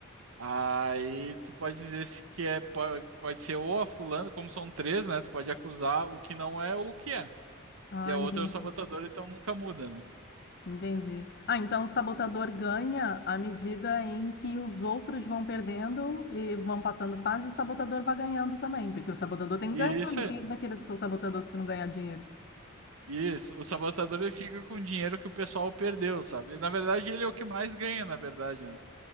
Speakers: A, on the right; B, on the left.
A: Aí tu pode dizer se que é po- pode ser ou a fulano, como são três, né? Tu pode acusar o que não é ou o que é.
B: Ah,
A: E a outra
B: entendi.
A: é o sabotador, então nunca muda, né?
B: Entendi. Ah, então o sabotador ganha à medida em que os outros vão perdendo e vão passando fase, o sabotador vai ganhando também, porque o sabotador tem
A: Isso,
B: que ganhar, né?
A: é.
B: Quem vai querer ser o sabotador se não ganhar dinheiro?
A: isso. O sabotador ele fica com o dinheiro que o pessoal perdeu, sabe? Na verdade, ele é o que mais ganha, na verdade, né?